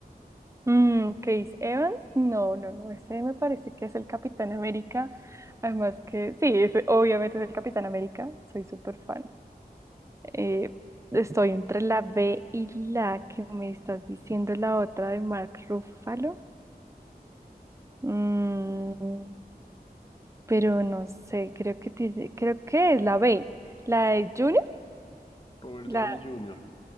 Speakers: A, on the right; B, on the left.
A: Mm, Chris Evans, no, no, no, ese me parece que es el Capitán América. Además que, sí, ese obviamente es el Capitán América, soy súper fan. Eh, estoy entre la B y la que me estás diciendo, la otra de Mark Ruffalo. Mm, pero no sé, creo que tiene- creo que es la B, la de Juni.
B: Robert
A: La,
B: Downey Jr.